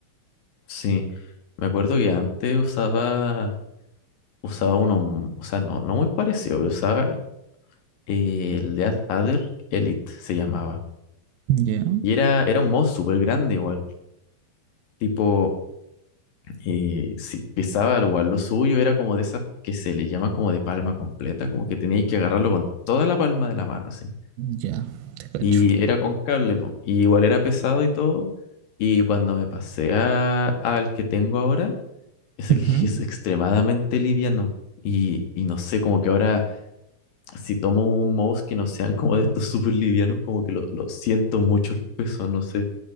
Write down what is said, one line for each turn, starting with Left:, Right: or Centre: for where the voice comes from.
Left: sí, me acuerdo que antes usaba, usaba uno, m- o sea, no, no muy parecido, usaba eh, el de Ad- Ader Elite, se llamaba.
Right: Ya,
Left: Y era, era un mouse súper grande igual, tipo. eh, si pisaba igual lo suyo, era como de esas que se le llaman como de palma completa, como que teníais que agarrarlo con toda la palma de la mano, así.
Right: ya, te cacho.
Left: Y era con cable, po, y igual era pesado y todo. Y cuando me pasé a- al que tengo ahora, ese
Right: Ujú.
Left: que <laughs> es extremadamente liviano. Y, y no sé, como que ahora si tomo un mouse que no sean como de estos súper livianos, como que lo, lo siento mucho el peso, no sé,